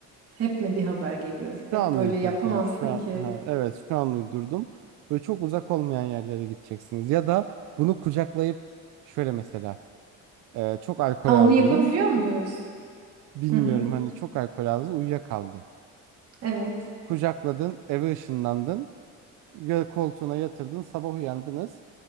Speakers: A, on the right; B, on the right.
A: Hep mi bir haber geliyor?
B: Şu
A: Hep
B: an
A: böyle
B: uydurdum.
A: yapamazsın
B: Şu an
A: ki.
B: ha, evet, şu an uydurdum. Böyle çok uzak olmayan yerlere gideceksiniz ya da bunu kucaklayıp şöyle mesela e, çok alkol
A: Ha,
B: aldınız.
A: onu yapabiliyor muyuz?
B: Bilmiyorum
A: Hı hı.
B: hani çok alkol aldınız, uyuyakaldı.
A: Evet.
B: Kucakladın, eve ışınlandın. gö- koltuğuna yatırdın sabah uyandınız